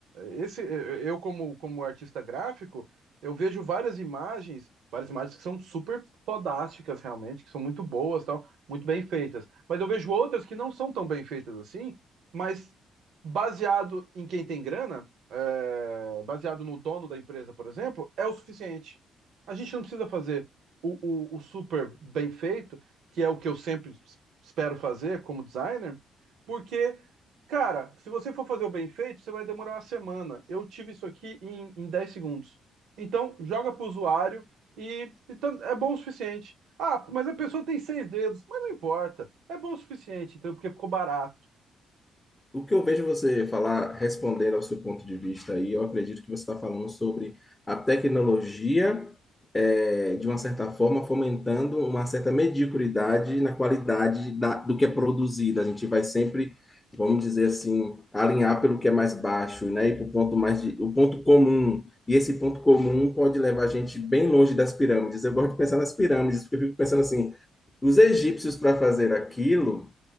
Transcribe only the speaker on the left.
O que eu vejo você falar, respondendo ao seu ponto de vista aí, eu acredito que você está falando sobre a tecnologia, eh, de uma certa forma, fomentando uma certa mediocridade na qualidade da- do que é produzido. A gente vai sempre, vamos dizer assim, alinhar pelo que é mais baixo, né? E para o ponto mais de, o ponto comum. E esse ponto comum pode levar a gente bem longe das pirâmides. Eu gosto de pensar nas pirâmides, porque eu fico pensando assim, os egípcios para fazer aquilo